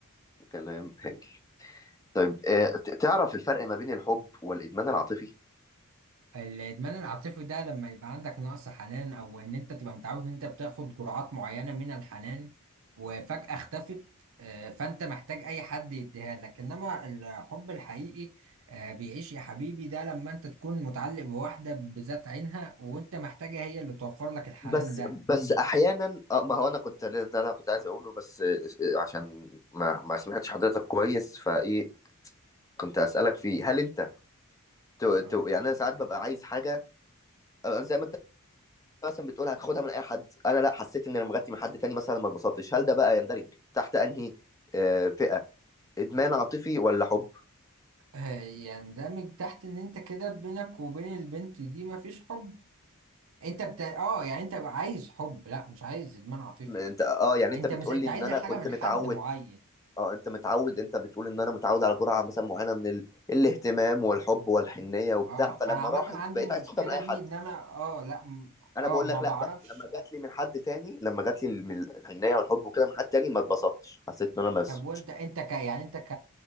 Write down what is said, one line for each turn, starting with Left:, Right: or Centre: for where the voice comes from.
Left: كلام هايل طيب آه، ت- تعرف الفرق ما بين الحب والادمان العاطفي
Right: الادمان العاطفي ده لما يبقى عندك نقص حنان او ان انت تبقى متعود ان انت بتاخد جرعات معينه من الحنان وفجاه اختفت آه فانت محتاج اي حد يديها لك انما الحب الحقيقي آه، بيعيش يا حبيبي ده لما انت تكون متعلق بواحدة بذات عينها وانت محتاجة هي اللي توفر لك الحنان
Left: بس
Right: ده
Left: بس احيانا آه، ما هو انا كنت ده اللي انا كنت عايز اقوله بس آه، آه، عشان ما ما سمعتش حضرتك كويس فايه كنت اسالك فيه هل انت ت- ت-
Right: تمام
Left: يعني انا ساعات ببقى عايز حاجه آه، زي ما انت مثلا بتقول هتاخدها من اي حد انا لا حسيت ان انا مغطي من حد تاني مثلا ما اتبسطتش هل ده بقى يندرج تحت انهي آه، فئه ادمان عاطفي ولا حب
Right: آه، يندمج تحت ان انت كده بينك وبين البنت دي مفيش حب انت بت... اه يعني انت عايز حب لا مش عايز ادمان عاطفي
Left: م- انت اه يعني
Right: انت
Left: انت بتقول
Right: مش انت
Left: لي ان
Right: عايز
Left: انا
Right: الحاجه
Left: كنت
Right: من
Left: متعود
Right: حد معين
Left: اه انت متعود انت بتقول ان انا متعود على جرعه مثلا معينه من ال... الاهتمام والحب والحنيه وبتاع
Right: اه
Left: فلما
Right: انا عامه
Left: راحت
Right: عندي
Left: بقيت
Right: المشكله
Left: عايز تاخدها من اي
Right: دي
Left: حد
Right: ان انا اه لا م-
Left: انا
Right: اه
Left: بقول
Right: ما
Left: لك
Right: بعرفش
Left: لا بقى لما جات لي من حد تاني لما جات لي من الحنيه والحب وكده من حد تاني ما اتبسطتش حسيت ان انا بس
Right: طب وانت انت ك يعني انت ك